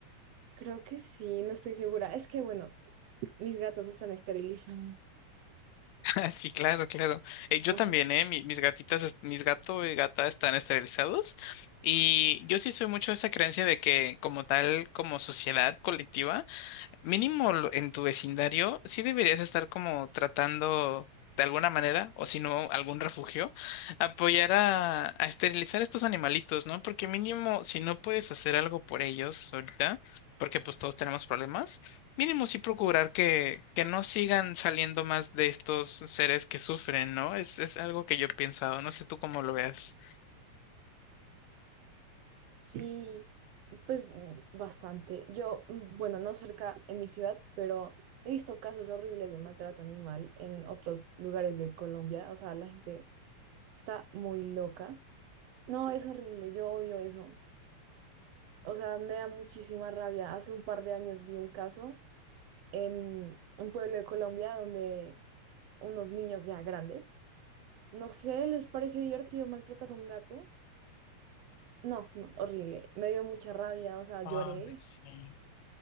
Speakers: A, on the right; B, on the left.
A: Creo que sí, no estoy segura. Es que bueno, mis gatos están esterilizados.
B: <laughs> Ah, Sí, claro, claro. Eh, yo
A: <laughs>
B: también, ¿eh? Mi- mis gatitas, es- mis gato y gata están esterilizados. Y yo sí soy mucho de esa creencia de que como tal, como sociedad colectiva, Mínimo lo- en tu vecindario, sí deberías estar como tratando de alguna manera, o si no, algún refugio, apoyar a, a esterilizar estos animalitos, ¿no? Porque mínimo, si no puedes hacer algo por ellos ahorita, porque pues todos tenemos problemas, mínimo sí procurar que, que no sigan saliendo más de estos seres que sufren, ¿no? Es, es algo que yo he pensado, no sé tú cómo lo veas.
A: Sí, pues mm, bastante. Yo, mm, bueno, no cerca en mi ciudad, pero he visto casos horribles de maltrato animal en otros lugares de Colombia. O sea, la gente está muy loca. No, es horrible, yo odio eso. O sea, me da muchísima rabia. Hace un par de años vi un caso en un pueblo de Colombia donde unos niños ya grandes, no sé, les pareció divertido maltratar a un gato. No, no, horrible. Me dio mucha rabia, o sea,
B: Ay,
A: lloré.
B: sí.